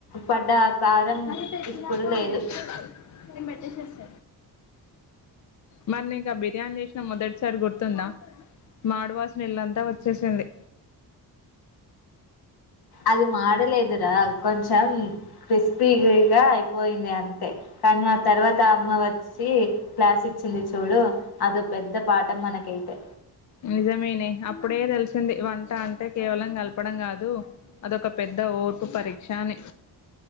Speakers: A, on the left; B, on the left.
A: పడ్డ ఆ కారం
B: అది స
A: ఇప్పుడు లేదు
B: <unintelligible> నేన్ పెట్టేశోస్త మరి నీకా బిర్యానీ చేసిన మొదటిసారి గుర్తుందా మాడువాసన ఇల్లంతా వచ్చేసింది
A: అది మాడలేదురా కొంచెం క్రిస్పీగి గా అయి పోయింది అంతే కానీ ఆ తర్వాత అమ్మ వచ్చి క్లాస్ ఇచ్చింది చూడు అదో పెద్ద పాఠం మనకైతే
B: నిజమనే అప్పుడే తెలిసింది వన్ ట్టా అంటే కేవలం కలపడం కాదు అదొక పెద్ద ఓర్పు పరీక్ష అని